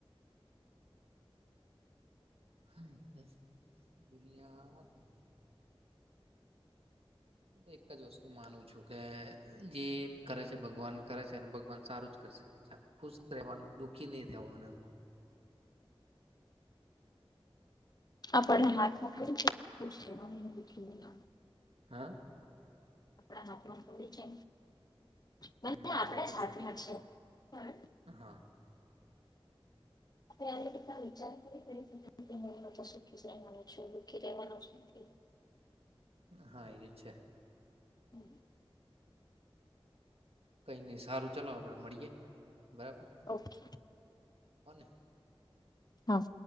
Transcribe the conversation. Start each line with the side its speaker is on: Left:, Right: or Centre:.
Right: <unintelligible> દુનિયા <unintelligible> દુનિયા હું તો એક જ વસ્તુ માનું છું કે, જે કરે છે ભગવાન કરે છે અને ભગવાન સારું જ કરશે ખુશ રહેવાનું દુઃખી નહી રેહવાનું એમ.
Left: આપર્ણે હાથ માં કેવું છે કે ખુશ રેવાનું <unintelligible>
Right: હ?
Left: આપડા હાથમાં થોડી છે. ભલે
Right: હમ
Left: આપડે
Right: એ તો
Left: સાથમાં છે, પણ
Right: હા.
Left: <unintelligible> વિચાર <unintelligible> સુખી જ રહેવાનો છું, દખી રેહવાનો જ નથી.
Right: હા એ છે.
Left: હમ્મ.
Right: કઈ નઈ સારું ચલો આપડે મળીએે બરાબર.
Left: ઓકે
Right: કોને?
Left: હા.